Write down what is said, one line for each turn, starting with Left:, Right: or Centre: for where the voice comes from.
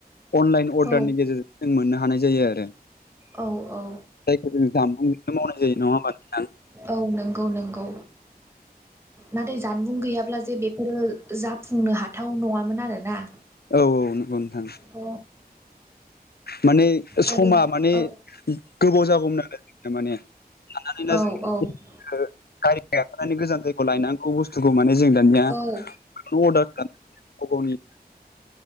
Left: अनलाइन अर्डारनि
Right: औ
Left: गेजेरजों जों मोननो हानाय जायो आरो।
Right: औ औ
Left: जायखौ जों जामबुंजोंनो मावनाय जायो नङा होमबा नोंथां
Right: औ नंगौ नंगौ। नाथाय जानबुं गैयाब्ला जे बेफोरो जाफुंनो हाथाव नङामोन आरोना।
Left: औ औ नंगौ नोंथां।
Right: अ
Left: माने समा
Right: आरो
Left: माने
Right: औ
Left: गोबाव जागौमोन आरो माने। लानानै दा
Right: औ
Left: जों
Right: औ
Left: गारि गाखोनानै गोजान जायगायाव लायनांगौ बुस्थुखौ माने जों दानिया
Right: औ
Left: <unintelligible> गाव गावनि